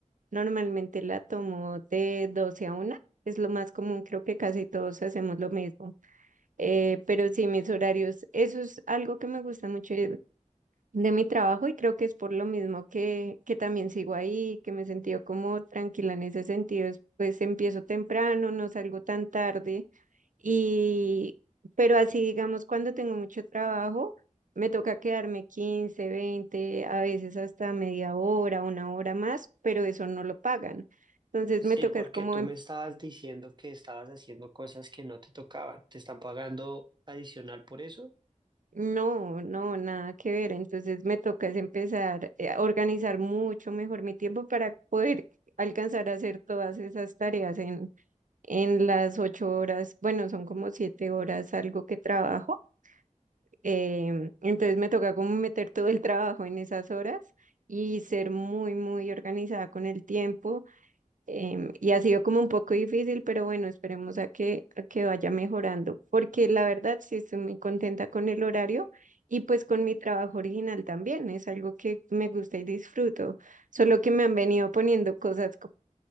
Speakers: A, on the right; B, on the right.
A: normalmente la tomo de 12 a una, es lo más común, creo que casi todos hacemos lo mismo, eh, pero sí mis horarios, eso es algo que me gusta mucho, de mi trabajo y creo que es por lo mismo que, que también sigo ahí, que me he sentido como tranquila en ese sentido. es, Pues empiezo temprano, no salgo tan tarde y, pero así digamos, cuando tengo mucho trabajo, me toca quedarme quince veinte a veces hasta media hora, una hora más, pero eso no lo pagan. Entonces
B: Sí,
A: me toca
B: porque
A: es como
B: tú me estabas diciendo que estabas haciendo cosas que no te tocaban. Te están pagando adicional por eso,
A: No, no, nada que ver. Entonces me toca es empezar eh, a organizar mucho mejor mi tiempo para poder alcanzar a hacer todas esas tareas en, en las ocho horas. Bueno, son como siete horas algo que trabajo. em, entonces me toca como meter todo el trabajo en esas horas y ser muy, muy organizada con el tiempo em, y ha sido como un poco difícil, pero bueno, esperemos a que, a que vaya mejorando, porque la verdad sí estoy muy contenta con el horario y pues con mi trabajo original también, es algo que me gusta y disfruto, solo que me han venido poniendo cosas co-